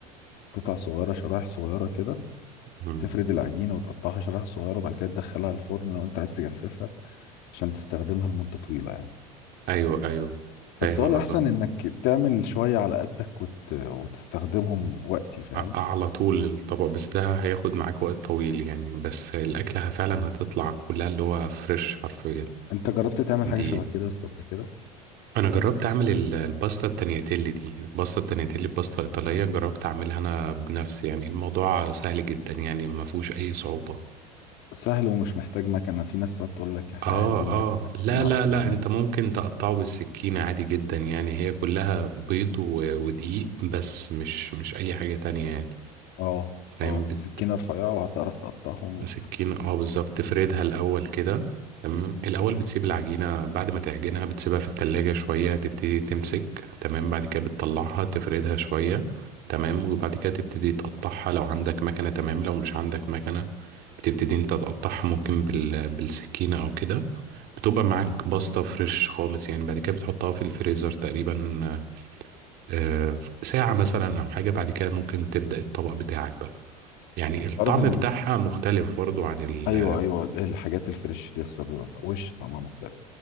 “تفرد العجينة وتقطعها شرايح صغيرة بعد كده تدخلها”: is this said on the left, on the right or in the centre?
Left